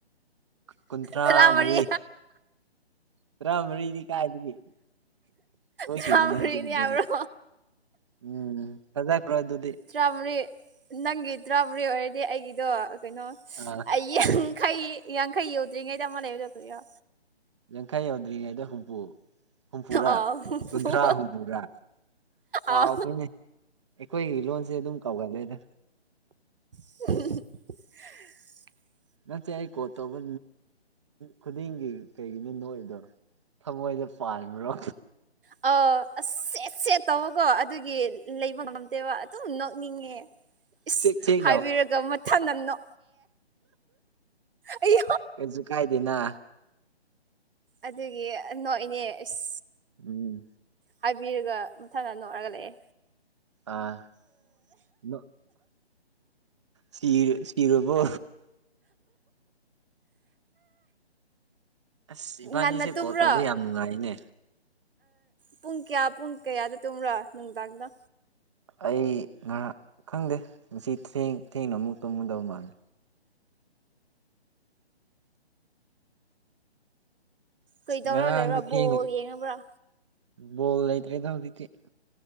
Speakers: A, on the right (about 25°); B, on the right (about 55°).
A: ꯀꯨꯟꯊ꯭ꯔꯥ
B: ꯇꯔꯥꯃꯔꯤ
A: ꯃꯔꯤ ꯇꯔꯥ ꯃꯔꯤꯗꯤ ꯀꯥꯏꯗꯒꯤ ꯁꯣꯏꯈꯤꯕꯅꯦ
B: ꯇꯔꯥꯃꯔꯤꯅꯤ
A: ꯍꯧꯖꯤꯛꯗꯤ
B: ꯍꯥꯏꯕ꯭ꯔꯣ
A: ꯎꯝ ꯁꯖ ꯀ ꯔꯣꯏ ꯑꯗꯨ
B: ꯇꯔꯥꯃꯔꯤ ꯅꯪꯒꯤ ꯇꯔꯥꯃꯔꯤ ꯑꯣꯏꯔꯗꯤ ꯑꯩꯒꯤꯗꯣ ꯀꯩꯅꯣ
A: ꯑꯥ
B: ꯑꯩꯒꯤ ꯌꯥꯡꯈꯩ ꯌꯥꯡꯈꯩ ꯌꯧꯗ꯭ꯔꯤꯉꯩꯗ ꯑꯃ ꯂꯩꯕꯗꯗꯔꯣ
A: ꯇꯪꯈꯥꯏ ꯌꯧꯗ꯭ꯔꯤꯉꯩꯗ ꯍꯨꯝꯐꯨ ꯍꯨꯝꯐꯨꯔꯥ
B: ꯑꯥ ꯍꯨꯝꯐꯨ
A: ꯀꯨꯟꯊ꯭ꯔꯥ ꯍꯨꯝꯐꯨꯔꯥ ꯀꯥꯎꯈꯅꯦ
B: ꯑꯥ
A: ꯑꯩꯈꯣꯏꯒꯤ ꯂꯣꯟꯁꯦ ꯑꯗꯨꯝ ꯀꯥꯎꯒꯂꯦꯗ
B: ꯎ
A: ꯅꯁꯦ ꯑꯩ ꯀꯣ ꯇꯧꯕ ꯈꯨꯗꯤꯡꯒꯤ ꯀꯩꯒꯤꯅꯣ ꯅꯣꯏꯗꯣ ꯊꯃꯣꯏꯁꯦ ꯄꯥꯟꯕꯥ꯭ꯔꯣ
B: ꯑꯥ ꯑꯁ ꯁꯦꯠ ꯁꯦꯠ ꯇꯧꯀꯣ ꯑꯗꯨꯒꯤ ꯂꯩꯕ ꯉꯝꯗꯦꯕ ꯑꯗꯨꯝ ꯅꯣꯛꯅꯤꯡꯉꯦ ꯏꯁ
A: ꯁꯦꯛ ꯁꯦꯛ
B: ꯍꯥꯏꯕꯤꯔꯒ ꯃꯊꯥ ꯅꯟꯅꯣ ꯑꯩ
A: ꯀꯩ ꯆꯖꯨꯀꯥꯏꯗꯅꯥ
B: ꯑꯗꯨꯒꯤ ꯅꯣꯏ ꯏꯅꯦ ꯏꯁ
A: ꯎꯝ
B: ꯍꯥꯏꯕꯤꯔꯒ ꯃꯊꯪꯗ ꯅꯣꯛꯔꯒ ꯂꯛꯑꯦ
A: ꯑꯥ ꯅ ꯁꯤꯔ ꯁꯤꯔꯕꯨ ꯑꯁ ꯏꯕꯥꯅꯤꯁꯦ
B: ꯉꯟꯅ ꯇꯨꯝꯕ꯭ꯔꯣ
A: ꯀꯣꯜ ꯇꯧꯕ ꯌꯥꯝ ꯅꯨꯡꯉꯥꯏꯅꯦ
B: ꯄꯨꯡ ꯀꯌꯥ ꯄꯨꯡ ꯀꯌꯥꯗ ꯇꯨꯝꯕ꯭ꯔꯣ ꯅꯨꯡꯗꯥꯡꯗ
A: ꯑꯩ ꯉꯥꯏꯍꯥꯛ ꯈꯪꯗꯦ ꯉꯁꯤ ꯊꯦꯡ ꯊꯦꯡꯅ ꯑꯃꯨꯛ ꯇꯨꯝꯒꯨꯗꯕ ꯃꯥꯜꯂꯤ
B: ꯀꯩꯗꯧꯔ
A: ꯉꯔꯥꯡꯗꯤ
B: ꯂꯩꯕ꯭ꯔꯥ
A: ꯊꯦꯡꯅ
B: ꯕꯣꯜ ꯌꯦꯡꯉꯕ꯭ꯔꯥ
A: ꯕꯣꯜ ꯂꯩꯇ꯭ꯔꯦ ꯊꯧꯗꯤꯗꯤ